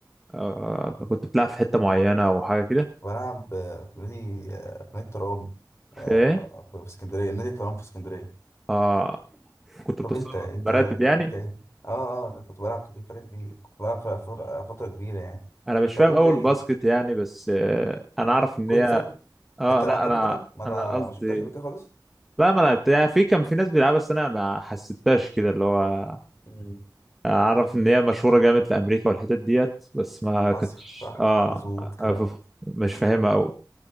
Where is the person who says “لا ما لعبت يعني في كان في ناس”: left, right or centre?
Centre